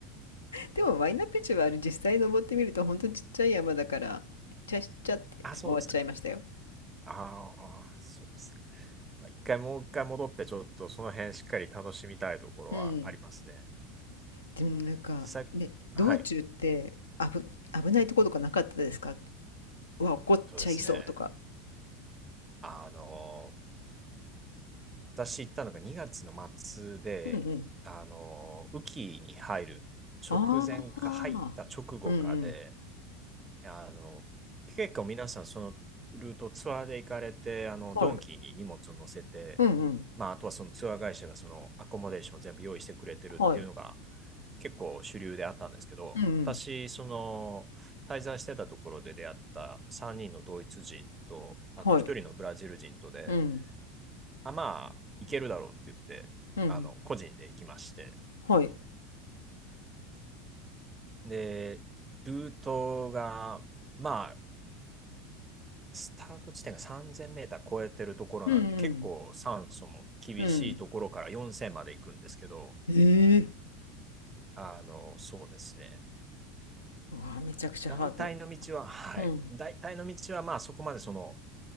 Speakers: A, on the left; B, on the right.
A: でもワイナピチュはあれ実際登ってみると本当ちっちゃい山だから、ちゃしちゃって言って終わっちゃいましたよ。
B: あ、そうですか。ああ、そうですか。まあ一回もう一回戻って、ちょっとその辺しっかり楽しみたいところはありますね。
A: うん。でもなんか、
B: 実際、
A: ね、
B: はい、
A: 道中って危、危ないとことかなかったですかうわ、怒っちゃいそうとか。
B: そうですね。あの、私行ったのが2月の末で、
A: うんうん。
B: あの、雨季に入る直前か入った直後かで、
A: ああ。うんうん。
B: あの、結構皆さんそのルートツアーで行かれて、あの、
A: はい。
B: ドンキーに荷物を乗せて、
A: うんうん。
B: まあ、あとはそのツアー会社がそのアコモデーションを全部用意してくれてるっていうのが
A: はい。
B: 結構主流であったんですけど、
A: うんうん。
B: 私、その滞在してたところで出会った3人のドイツ人と、あと1人のブラジル人とで、
A: はい。うん。
B: あ、まあ、行けるだろうって言って、
A: うん。
B: あの、個人で行きまして、
A: はい。
B: で、ルートが、まあ、スタート地点が3000メーター超えてるところなんで、
A: うんうん。
B: 結構酸素も厳しいところから4000まで行くんですけど、
A: うん。ええ。
B: あの、そうですね。
A: うわ、めちゃくちゃハード。
B: 大体の道は、はい。
A: うん。
B: 大体の道は、まあそこまでその、